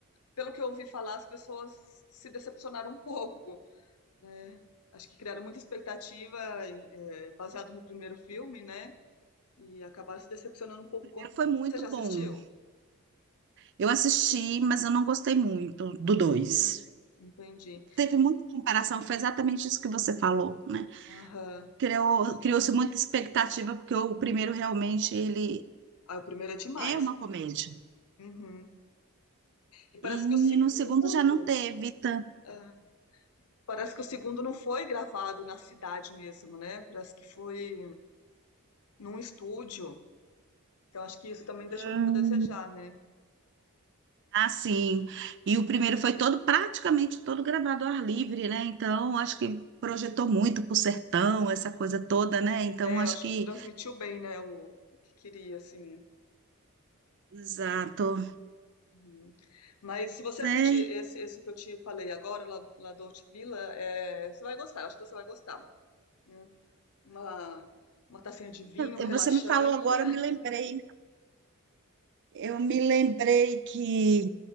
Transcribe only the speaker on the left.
pelo que eu ouvi falar, as pessoas se decepcionaram um <laughs> pouco, né? Acho que criaram muita expectativa em- é, baseado no primeiro filme, né? E acabaram se decepcionando um pouco
com. o filme.
Você já
assistiu?
Hum,
Entendi.
Aham.
Ah, o primeiro é demais.
né? Uhum. E parece
que o segundo,
ah, parece que o segundo não foi gravado na cidade mesmo, né? Parece que foi num estúdio. Então acho que isso também
deixou muito a desejar, né?
É,
acho
que transmitiu bem, né? O, o que queria, assim.
Uhum. Mas se você
assistir esse, esse que eu te falei agora, La, La Dolce Villa, é, você vai gostar. Eu acho que você vai gostar. né? Uma, uma tacinha de vinho
relaxante.